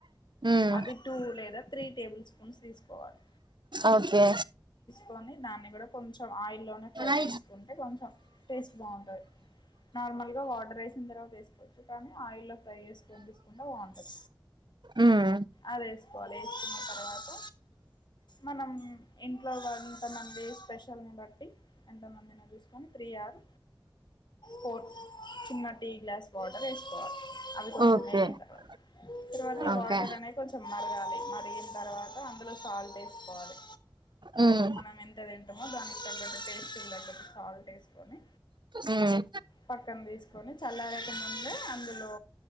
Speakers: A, on the right; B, on the left.
A: ఉమ్
B: అది టూ లేదా త్రీ టేబుల్ స్పూన్స్ తీసుకోవాలి
A: ఓకే
B: కొని దాన్ని కూడా కొంచం ఆయిల్లో ఫ్రై
A: ఓకే
B: చేసుకుంటే కొంచెం టేస్ట్ బాగుంటది నార్మల్ గా వాటర్ వేసిన తర్వాత వేసుకు కొచ్చు కానీ ఆయిల్లో ఫ్రై చేసుకొని తీసుకుంటే బాగుంటుది
A: ఉమ్
B: అదే వేసుకోవాలి వేసుకున్న తర్వాత మనం ఇంట్లో ఎంతమంది స్పెషల్ ాలని బట్టి ఎంతమందినో చూసుకొని త్రీ ఆర్ ఫోర్ చిన్న టీ గ్లాస్ వాటర్ వేసుకోవాలి అది కొంచెం
A: ఓకే
B: వేగిన తర్వాత తర్వాత
A: ఓకే
B: వాటర్ అనేవి కొంచెం మరగాలి మరిగిన తర్వాత అందులో సాల్ట్ ఎసుకోవాలి
A: ఉమ్
B: మనం ఎంత డెమో దానికి తగ్గట్టు పేస్టుకు దగ్గట్టు సాల్ట్ ఎస్కొని
A: ఉమ్
B: పక్కన తీస్కొని చల్లారాక ముందే అందులో